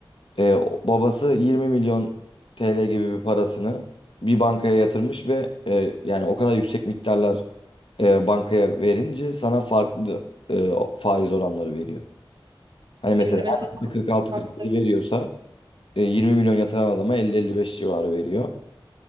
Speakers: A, on the left; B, on the right.
A: E, o- babası 20 milyon TL gibi bir parasını bir bankaya yatırmış ve e, yani o kadar yüksek miktarlar e, bankaya verince sana farklı e, o- faiz oranları veriyor. Hani
B: Şimdi
A: mesela
B: mesela
A: her 46-47
B: bak
A: veriyorsa e, 20 milyon yatıran adama 50-55 civarı veriyor.